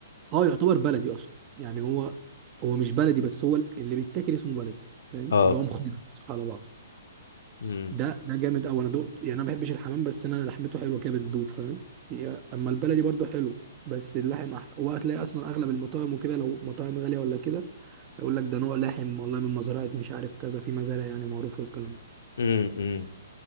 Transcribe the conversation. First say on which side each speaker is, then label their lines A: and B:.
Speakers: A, on the right; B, on the left.
A: اه يعتبر بلدي اصلا يعني هو هو مش بلدي بس هو اللي بيتاكل اسمه بلدي فاهم
B: اه
A: اللي هو مخلط على بعض
B: امم
A: ده ده جامد قوي انا دقت يعني انا ما بحبش الحمام بس انا لحمته حلوه كده بتدوب فاهم دي- اما البلدي برضو حلو بس اللحم أح... وهتلاقي اصلا اغلب المطاعم وكده لو مطاعم غاليه ولا كده يقول لك ده نوع لحم والله من مزرعه مش عارف كذا في مزارع يعني معروفه والكلام
B: امم أمم.